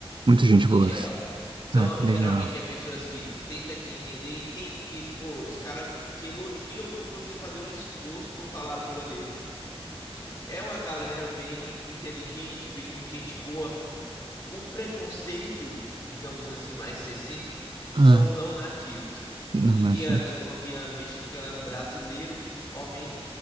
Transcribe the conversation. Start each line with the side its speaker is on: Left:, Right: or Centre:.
Right: muita gente
Left: em
Right: boa.
Left: geral. São
Right: Ah, que
Left: geralmente
Right: legal.
Left: é pessoas que tenta te entender, entende que, pô, os caras te elogiam por você fazer um esforço por falar a língua deles. Tipo, é uma galera bem inteligente, bem gente boa. O preconceito, digamos assim, mais recente, são
Right: Ah,
Left: não nativos.
Right: não
Left: Indianos,
Right: achei.
Left: colombiano, mexicano, brasileiro principalmente,